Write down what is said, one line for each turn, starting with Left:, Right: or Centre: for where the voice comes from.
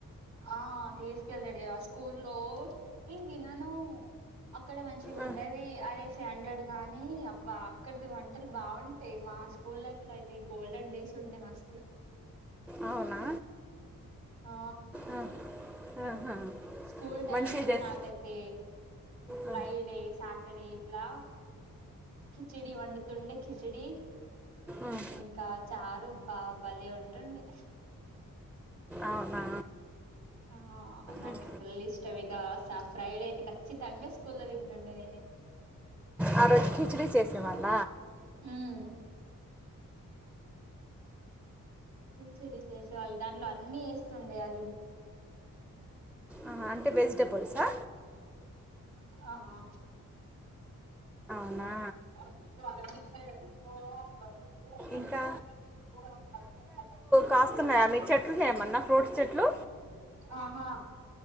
Right: ఆ తీస్కెళ్దడి ఆ స్కూల్ లో ఇం తినను అక్కడ మంచిగా ఉండవి
Centre: ఆ,
Right: అనేస్ హండ్రడ్ గానీ అబ్బా అక్కడిది వంటలు బాగుంటాయి, మా స్కూల్ లైఫ్ లో అయితే గోల్డెన్ డేస్. కుండ మస్తు
Centre: అవునా
Right: ఆ
Centre: ఆ, ఆహా
Right: స్కూల్ టైమ్స్
Centre: మంచిది చేసి
Right: నాకైతే ఫ్రైడే
Centre: ఆ,
Right: సాటర్డే ఇట్లా కిచిడి వండుతుండే కిచడి
Centre: ఉమ్.
Right: ఇంకా చారు బా బలే ఉంటుండి
Centre: అవునా
Right: అహ నా
Centre: ఉమ్.
Right: ఫుల్ ఇష్టం ఇక సా ఫ్రైడే అయితే ఖచ్చితంగా స్కూల్లో తింటుండిమే
Centre: ఆ రోజ్ కిచిడీ చేసే వాళ్ళ
Right: హ్మ్ కిచిడి చేసేవాళ్ళు దాంట్లో అన్ని వేస్తుండే అది
Centre: అహ అంటే వెజిటెబుల్సా
Right: ఆహ
Centre: నా
Right: తో <inaudible>
Centre: ఇంకా కాస్తున్నయా మీ చెట్లున్నయా ఏమన్నా ఫ్రూట్స్ చెట్లు
Right: ఆహా